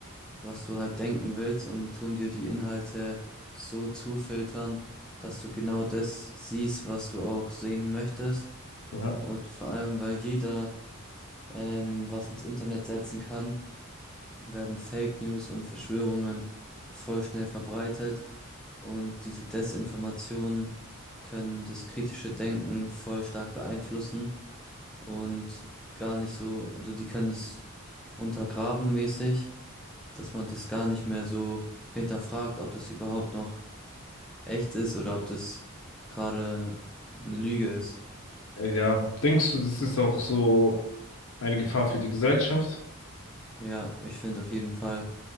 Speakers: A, in the centre; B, on the left.
A: was du halt denken willst und tun dir die Inhalte so zufiltern, dass du genau das siehst, was du auch sehen möchtest.
B: Ja.
A: Und vor allem, weil jeder ähm, was ins Internet setzen kann, werden Fake News und Verschwörungen voll schnell verbreitet und diese Desinformationen können das kritische Denken voll stark beeinflussen und gar nicht so, also die können es untergraben mäßig dass man das gar nicht mehr so hinterfragt, ob das überhaupt noch echt ist oder ob das gerade eine Lüge ist.
B: Äh, Ja, denkst du, das ist auch so eine Gefahr für die Gesellschaft?
A: Ja, ich finde auf jeden Fall,